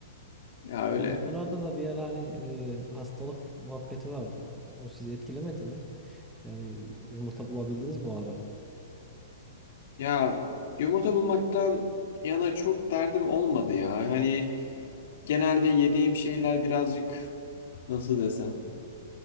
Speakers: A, on the left; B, in the centre.
A: Ya öyle
B: Yumurtalarda da bir ara hani e, hastalık muhabbeti vardı. O sizi etkilemedi mi? Yani yumurta bulabildiniz mi o ara?
A: Ya yumurta bulmaktan yana çok derdim olmadı ya. Hani genelde yediğim şeyler birazcık nasıl desem.